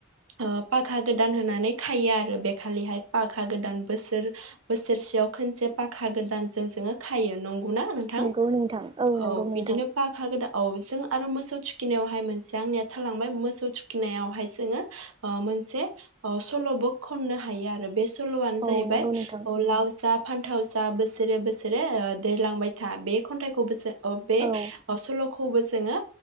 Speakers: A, on the right; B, on the right.
A: अ पाखा गो दान होनाय नै खायो आरो बेखालिहाय पाखा गोदान बोसोर बोसोरसेयाव खोनसे फाखा गोदान जों जोङो खायो नं गौना नोंथां
B: नोंगौ नोंथां नोंगौ
A: औ
B: नोंथां
A: बिदिनो पाखा गोदा औ जों आरो मोसौ थुखिनायावहाय मोनसे आंनिया थालांबाय मोसौ थुखिनायावहाय जोङो हो ओ मोनसे अ सलबक खननो हायो आरो बे स सलआनो जाहैबाय
B: औ नोंगौ नोंथां
A: अ लाव जा फानथाव जा बोसोरे बोसोरे ओ देरलांबाय था बे खन्थाइखौबोसो अ बे
B: औ
A: असलखौबो जोङो